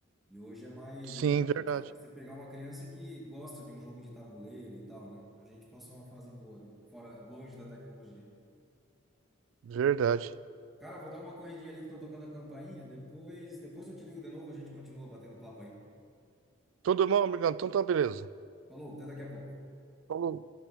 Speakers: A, in the centre; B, on the right.
A: E hoje é mais,
B: Sim,
A: é mais difícil,
B: verdade,
A: né? Você pegar uma criança que gosta de um jogo de tabuleiro e tal, né? A gente passou uma fase boa ali, fora, longe da tecnologia.
B: verdade.
A: Cara, vou dar uma corridinha ali que estão tocando a campainha. Depois, depois eu te ligo de novo, a gente continua batendo papo aí.
B: Tudo bom, amigão? Então tá beleza.
A: Falou, até daqui a pouco.
B: Falou.